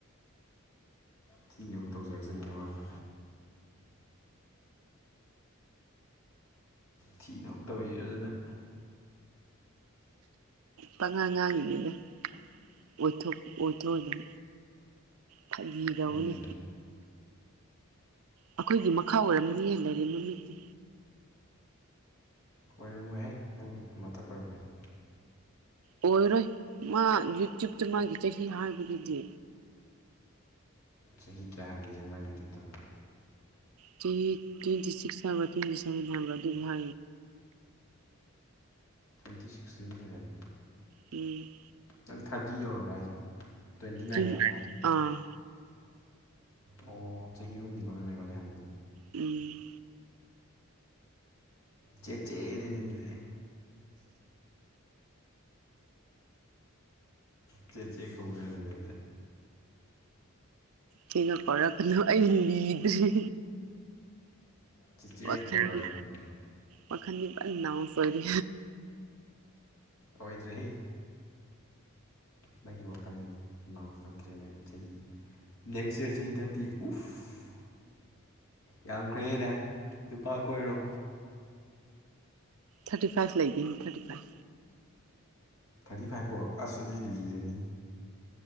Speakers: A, on the left (about 90°); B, on the right (about 85°).
A: ꯊꯤꯅ ꯑꯃꯨꯛ ꯇꯧꯖꯔꯛꯆꯅꯤ ꯑꯗꯨꯃꯥꯏꯅ ꯊꯤꯅ ꯑꯃꯨꯛ <unintelligible>
B: ꯄꯉꯥꯡ ꯉꯥꯡꯉꯤꯅꯤꯗ ꯑꯣꯏꯊꯣꯛ ꯑꯣꯏꯊꯣꯛꯑꯣꯏ ꯐꯥꯒꯤ ꯇꯧꯕꯅꯤ
A: ꯎꯝ
B: ꯑꯩꯈꯣꯏꯒꯤ ꯃꯈꯥ ꯑꯣꯏꯔꯝꯅꯤꯌꯦ ꯂꯩꯔꯦꯟꯃꯃꯤꯠꯇꯤ
A: ꯑꯣꯏꯔꯝꯃꯣꯏꯍꯦ ꯅꯪ ꯃꯊꯛ ꯑꯣꯏꯔꯝꯒꯅꯤ
B: ꯑꯣꯏꯔꯣꯏ ꯃꯥ ꯌꯨꯇ꯭ꯌꯕꯇ ꯃꯥꯒꯤ ꯆꯍꯤ ꯍꯥꯏꯕꯒꯤꯗꯤ
A: ꯆꯍꯤ ꯀꯌꯥ ꯍꯥꯏꯒꯦꯁꯦ ꯃꯒꯤ ꯌꯨꯇ꯭ꯌꯨꯕꯇ
B: ꯇ꯭ꯋꯦꯟꯇꯤ ꯇ꯭ꯋꯦꯟꯇꯤ ꯁꯤꯛꯁ ꯑꯃꯔ ꯇ꯭ꯋꯦꯟꯇꯤ ꯁꯚꯦꯟ ꯑꯃꯔ ꯑꯗꯨꯗꯨꯚ
A: ꯇ꯭ꯋꯦꯟꯇꯤ ꯁꯤꯛꯁ ꯇ꯭ꯦꯟꯇꯤ ꯁꯕꯦꯟ
B: ꯎꯝ
A: ꯅꯪ ꯊꯥꯔꯇꯤ ꯌꯧꯔꯕ ꯍꯥꯏꯁꯦ ꯇ꯭ꯋꯦꯟꯇꯤ ꯅꯥꯏꯟ
B: ꯎꯝ
A: ꯂꯥꯛ
B: ꯑꯥ
A: ꯑꯣ ꯆꯍꯤ ꯑꯍꯨꯝꯅꯤꯀꯣ ꯅꯪꯅꯦꯀꯣ ꯅꯍꯟꯕꯗ
B: ꯎꯝ
A: ꯆꯦ ꯆꯦꯗꯤꯗꯅꯦ ꯆꯦ ꯆꯦ ꯈꯧꯋꯦ ꯍꯥꯏꯔꯅꯦ ꯑꯗꯨꯗ
B: ꯁꯤꯒ ꯀꯥꯎꯔꯛꯄꯅꯨ ꯑꯩ ꯂꯤꯗ꯭ꯔꯦ
A: ꯆꯦꯆꯦ ꯑꯣꯏꯅ
B: ꯋꯥꯈꯜꯒꯤ
A: ꯀꯧꯔꯛꯑꯒꯦ ꯍꯌꯦꯡꯗꯒꯤ
B: ꯋꯥꯈꯜꯒꯤ ꯅꯥꯎꯁꯨ ꯑꯣꯏꯔꯤ
A: ꯑꯣꯏꯗꯔꯦꯍꯦ ꯅꯪꯒꯤ ꯋꯥꯈꯜꯗꯨꯅꯤ ꯅꯅꯥꯎꯁꯨ ꯅꯪꯇ꯭ꯔꯦꯅ ꯆꯍꯤ ꯅꯦꯛꯁ ꯏꯔ ꯆꯍꯤ ꯊꯥꯔꯇꯤ ꯎꯐ ꯌꯥꯝꯈ꯭ꯔꯦꯅꯦ ꯂꯨꯄꯥ ꯀꯣꯏꯔꯣ
B: ꯊꯥꯔꯇꯤ ꯐꯥꯏꯚ ꯂꯩꯒꯅꯤ ꯊꯥꯔꯇꯤ ꯐꯥꯏꯚ
A: ꯊꯥꯔꯇꯤ ꯐꯥꯏꯚ ꯐꯣ ꯑꯁ ꯑꯗꯨꯗꯤ ꯂꯤꯔꯅꯤ